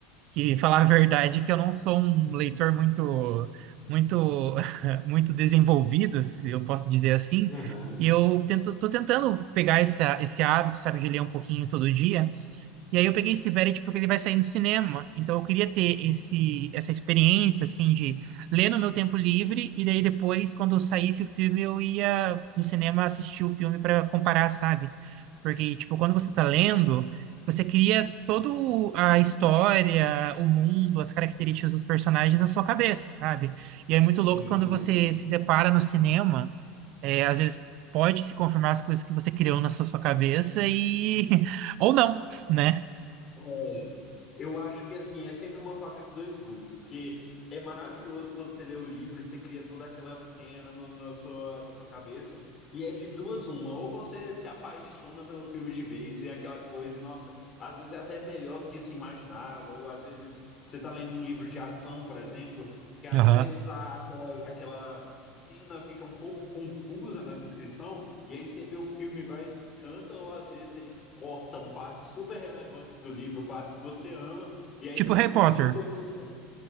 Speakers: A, on the right; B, on the left.
A: que falar a verdade que eu não sou um leitor muito, muito, <laughs> muito desenvolvido, se eu posso dizer assim.
B: Aham.
A: E eu tento, tô tentando pegar esse, há- esse hábito, sabe, de ler um pouquinho todo dia. E aí eu peguei esse Verity porque ele vai sair no cinema. Então eu queria ter esse, essa experiência, assim, de ler no meu tempo livre e daí depois, quando saísse o filme, eu ia no cinema assistir o filme para comparar, sabe? Porque, tipo, quando você tá lendo, você cria toda a história, o mundo, as características dos personagens na sua cabeça, sabe? E é muito louco
B: Sim,
A: quando você
B: sim.
A: se depara no cinema, é, às vezes pode se confirmar as coisas que você criou na sua sua cabeça e... <laughs> ou não, né?
B: É, eu acho que assim, é sempre uma faca de dois gumes, porque é maravilhoso quando você lê o livro e você cria toda aquela cena no- na sua, na sua cabeça, e é de duas uma, ou você se apaixona pelo filme de vez, vê aquela coisa, e nossa, às vezes é até melhor do que se imaginava, ou às vezes você tá lendo um livro de ação, por exemplo, que às
A: Aham.
B: vezes a- aquela, aquela cena fica um pouco confusa na descrição, E aí você vê o filme, vai e se encanta, ou às vezes eles cortam partes super relevantes do livro, partes que você ama, e aí
A: Tipo
B: você
A: Harry
B: fica
A: Potter.
B: super frustrado.